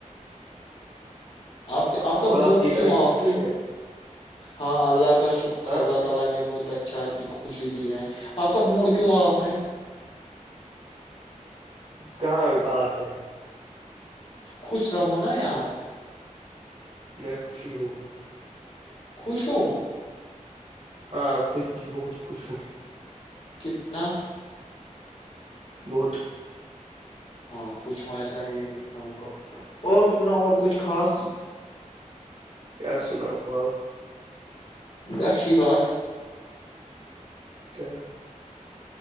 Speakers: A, on the left; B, on the right.
A: آپ آپ کا
B: اور
A: موڈ
B: کے گھر
A: کیوں
B: میں سب
A: آف
B: ٹھیک
A: ہے ہاں اللہ کا شکر
B: ہاں
A: اللہ تعی نے بہت اچھا آتی خوشی ت ہے آپ کا موڈ کیوں آف ہے
B: کہاں آپ ہے
A: خوش رہو نا یار
B: میں خوشی ہوں
A: خوشو <unintelligible>
B: ہاں خوش بہت خوش ہون
A: کتنا
B: بہت
A: ہاں خوش ہونا چاہیے انسان کو اور سنا اور کچھ خاص
B: کیا سناؤ
A: اچھی بات
B: کیا